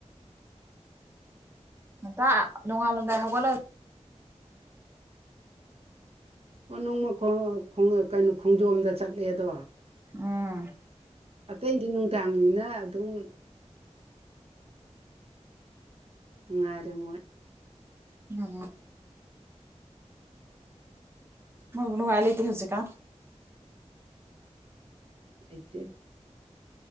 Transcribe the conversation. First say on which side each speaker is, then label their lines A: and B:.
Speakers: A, on the right (about 20°); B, on the right (about 55°).
A: ꯇ ꯅꯨꯡꯉꯥ ꯂꯒꯥꯏ ꯍꯒꯂ
B: ꯑꯣ ꯅꯣꯡꯃꯣꯡ ꯀꯩꯅꯣ ꯈꯣꯡꯖꯣꯝꯗ ꯆꯠꯂꯦ ꯑꯗꯣ
A: ꯎꯝ
B: ꯑꯇꯩꯗꯤ ꯅꯨꯡꯗꯥꯡꯅꯤꯅ ꯑꯗꯨꯝ ꯎꯉꯔꯦ ꯃ
A: ꯎꯝ ꯃꯣꯏ ꯅꯨꯡꯉꯥꯏ ꯂ ꯂꯤꯇꯍ ꯍꯧꯖꯤ ꯀꯥ
B: ꯑꯩꯦ